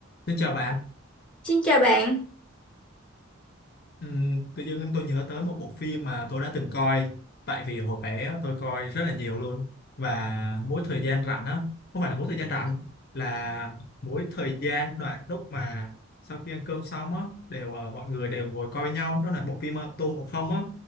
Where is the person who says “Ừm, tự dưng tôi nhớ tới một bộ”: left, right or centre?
Left